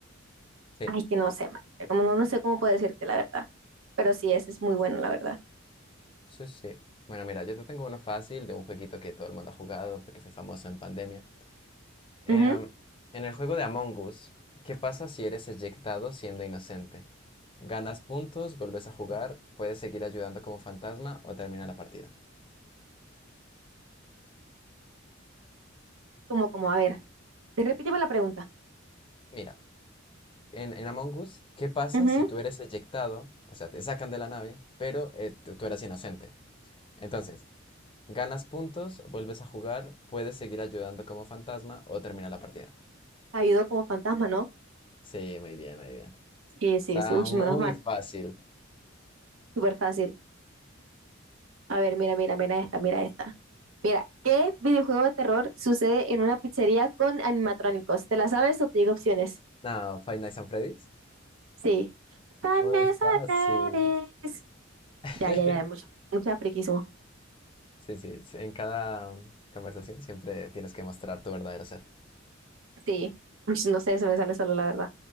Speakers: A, on the left (about 25°); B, on the right (about 80°).
A: Sí,
B: Ay, que no sé, marica, como no, no sé cómo puedo decirte la verdad, pero sí, ese es muy bueno, la verdad.
A: sí, sí. Bueno, mira, yo te tengo uno fácil de un jueguito que todo el mundo ha jugado porque fue famoso en pandemia. Em,
B: Ujú,
A: en el juego de Among Us, ¿qué pasa si eres eyectado siendo inocente? ¿Ganas puntos, vuelves a jugar, puedes seguir ayudando como fantasma o termina la partida?
B: Como, como, a ver, te repíteme la pregunta.
A: Mira, en, en Among Us, ¿qué pasa
B: Ujú,
A: si tú eres eyectado? O sea, te sacan de la nave, pero eh, tú tú eras inocente. Entonces, ¿ganas puntos, vuelves a jugar, puedes seguir ayudando como fantasma o termina la partida?
B: Ayudó como fantasma, ¿no?
A: Sí, muy bien, muy bien.
B: Sí, sí,
A: Está
B: sí, uy,
A: muy
B: menos mal,
A: fácil.
B: súper fácil. A ver, mira, mira, mira esta, mira esta. Mira, ¿qué videojuego de terror sucede en una pizzería con animatrónicos? ¿Te la sabes o te digo opciones?
A: No, Five Nights at Freddy's.
B: Sí. Five
A: Muy
B: Nights
A: fácil.
B: at Freddy's.
A: <laughs>
B: Ya, ya, ya, mucho, mucho friquismo.
A: Sí, sí, sí, en cada conversación siempre tienes que mostrar tu verdadero ser.
B: Sí, Uy, no sé, se me sale solo la verdad.